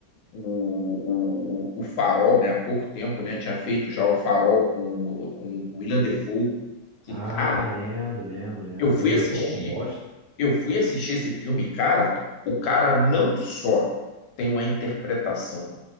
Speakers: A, on the left (about 85°); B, on the right (about 70°).
A: o, o, o Farol, né? Há pouco tempo, né? Tinha feito já o Farol com, com, com Willem Dafoe. Que,
B: Ah,
A: cara,
B: lembro, lembro, lembro.
A: eu fui
B: O Ildefonso
A: assistir,
B: é um monstro.
A: eu fui assistir esse filme, e, cara, o cara não só tem uma interpretação,